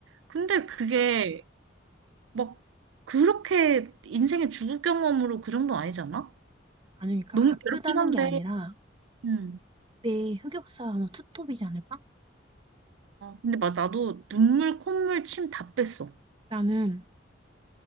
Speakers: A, on the right; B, on the right.
A: 근데 그게 막 그렇게 인생의 죽을 경험으로 그 정도 아니잖아?
B: 아니, 니까
A: 너무
B: 아프다는
A: 괴롭긴 한데
B: 게 아니라
A: 음아
B: 내 흑역사 아마 투톱이지 않을까?
A: 근데 막 나도 눈물 콧물 침 다 뺐어.
B: 나는